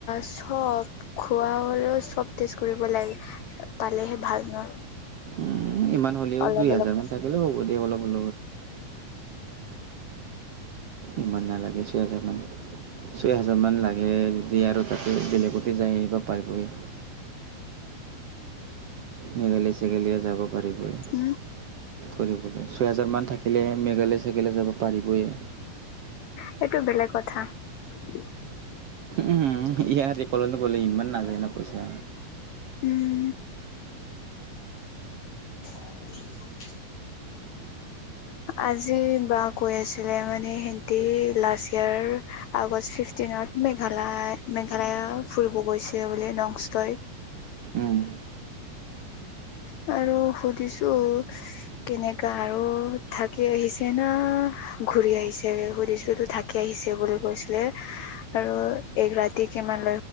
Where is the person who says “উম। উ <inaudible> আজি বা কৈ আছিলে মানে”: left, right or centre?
Left